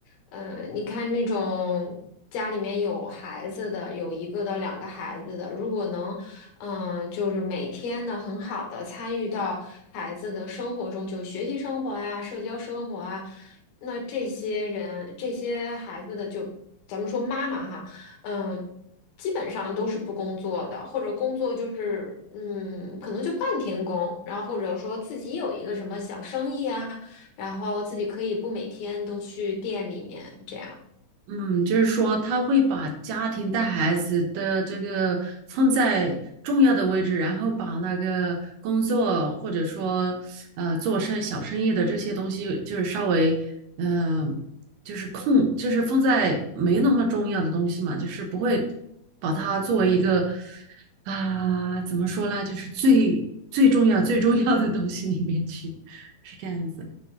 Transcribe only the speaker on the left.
嗯，你看那种家里面有孩子的，有一个到两个孩子的，如果能，嗯，就是每天的很好的参与到孩子的生活中，就学习生活啊，社交生活啊，那这些人，这些孩子的就，咱们说妈妈哈。嗯，基本上都是不工作的，或者工作就是嗯，可能就半天工，然后或者说自己有一个什么小生意啊，然后自己可以不每天都去店里面这样。